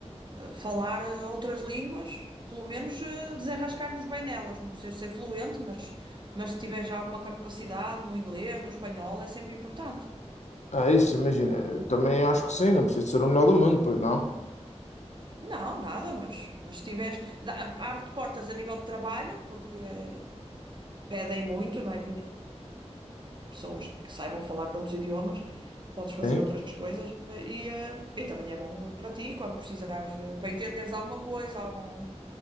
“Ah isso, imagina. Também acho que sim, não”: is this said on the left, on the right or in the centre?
Left